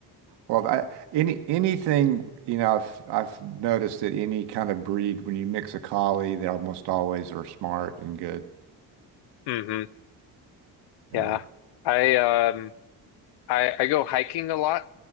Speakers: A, on the right; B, on the left.
A: Well, that, any anything, you know, I've I've noticed that any kind of breed, when you mix a collie, they almost always are smart and good.
B: hmm
A: There.
B: Yeah. I um I I go hiking a lot